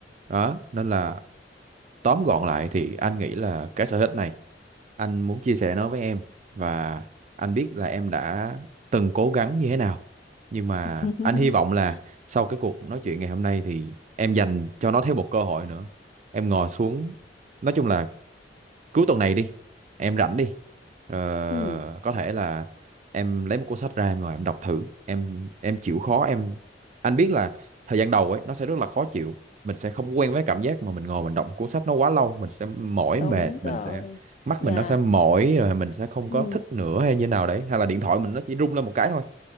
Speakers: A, on the right (about 40°); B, on the left (about 40°).
A: đó nên là tóm gọn lại thì anh nghĩ là cái sở thích này anh muốn chia sẻ nó với em và anh biết là em đã từng cố gắng như thế nào nhưng mà
B: <laughs>
A: anh hy vọng là sau cái cuộc nói chuyện ngày hôm nay thì em dành cho nó thêm một cơ hội nữa em ngồi xuống nói chung là cuối tuần này đi em rảnh đi Ờ,
B: ừ
A: có thể là em lấy một cuốn sách ra em ngồi em đọc thử em em chịu khó em anh biết là thời gian đầu ấy nó sẽ rất là khó chịu mình sẽ không quen với cảm giác mà mình ngồi mình đọc một cuốn sách nó quá lâu mình sẽ mỏi
B: đúng
A: mệt mình
B: rồi
A: sẽ mắt
B: dạ
A: mình nó sẽ mỏi rồi mình sẽ không
B: ừ
A: có thích nữa hay như nào đấy hay là điện thoại mình nó chỉ rung lên một cái thôi